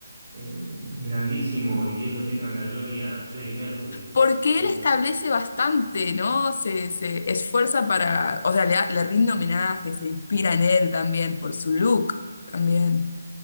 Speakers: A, on the right (about 40°); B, on the left (about 35°).
A: el grandísimo, y Dios lo tenga en la gloria, Freddie Mercury.
B: Porque
A: Como
B: él establece bastante, ¿no? Se, se esfuerza para, o sea, le, da- le rinde homenaje, se inspira en él también por su look, también.